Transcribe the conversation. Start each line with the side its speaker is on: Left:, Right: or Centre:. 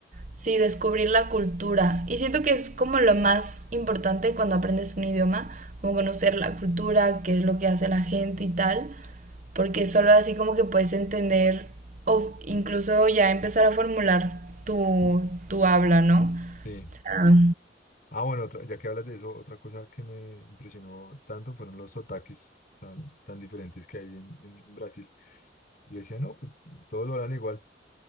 Right: Sí, descubrir la cultura. Y siento que es como lo más importante cuando aprendes un idioma, como conocer la cultura, qué es lo que hace la gente y tal, porque solo así como que puedes entender o incluso ya empezar a formular tu, tu habla, ¿no?
Left: sí
Right: O sea,
Left: Ah, bueno, otra- ya que hablas de eso, otra cosa que me impresionó tanto fueron los otakis tan, tan diferentes que hay en, en Brasil. Yo decía, no, pues todos lo harán igual,